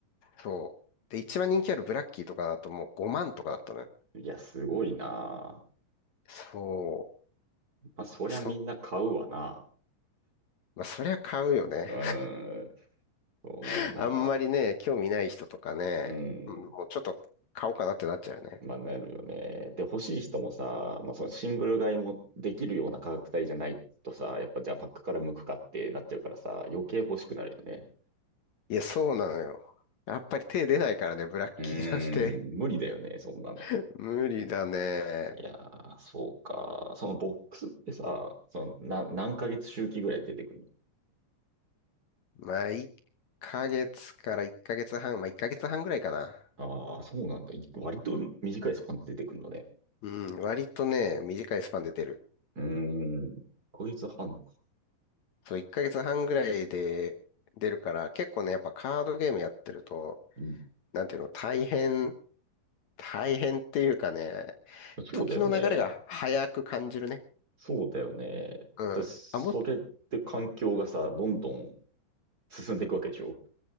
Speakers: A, on the left (about 65°); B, on the right (about 30°).
A: そう。で、一番人気あるブラッキーとかだともう5万とかだったのよ。
B: いや、すごいな。
A: そ
B: まあ、そりゃみんな買うわな。
A: う。そ、まあ、そりゃ買うよね。
B: うん。そんな、
A: <laughs> あんまりね、興味ない人とかね、
B: うん。
A: うんもうちょっと買おうかなってなっちゃうよね。
B: まあ、なるよね。で、欲しい人もさ、まあ、そのシングル買いもできるような価格帯じゃないとさ、やっぱじゃあパックから向くかってなっちゃうからさ、余計欲しくなるよね。
A: いや、そうなのよ。やっぱり手出ないからね、ブラッキーなんて。
B: うーん、無理だよね、そんなの。
A: <laughs> 無理だね。
B: いやー、そうか。そのボックスってさ、その、な、何ヶ月周期ぐらいで出てくる
A: まあ、1ヶ月から1ヶ月半、まあ1ヶ月半ぐらいかな。
B: のああー、そうなんだ。い割と短いスパンで出てくるのね。
A: うん、割とね、短いスパンで出る。
B: うーん。1ヶ月半か。
A: そう、1ヶ月半ぐらいで出るから、結構ね、やっぱカードゲームやってると、
B: うん。
A: なんていうの、大変、大変っていうかね、
B: そうだよね。
A: 時の流れが早く感じるね。
B: そうだよね。
A: うん。
B: で、それって環境がさ、
A: あ、もっと
B: どんどん進んでいくわけでしょ